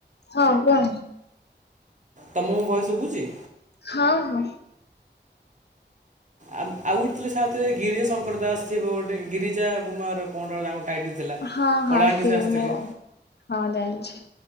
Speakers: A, on the left; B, on the right.
A: ହଁ କୁହନ୍ତୁ।
B: ତମକୁ ଭୟସ ଶୁଭୁଛି।
A: ହଁ ହଁ।
B: ଆ ଆଉ ଗୋଟେ ଥିଲେ ସ ଥିଲେ ଗିରିଜା ଶଙ୍କର ଦାସ ଥିବ ଗୋଟେ ଗିରିଜା କୁମାର କଣ ର ତା ଗୋଟେ ଟାଇଟିଥିଲା
A: ହଁ ହଁ
B: କଳାହାଣ୍ଡିରୁ
A: ସିଏ
B: ସେ ଆସିଥିଲେ।
A: ମୁଁ ହଁ ଜାଣିଛି।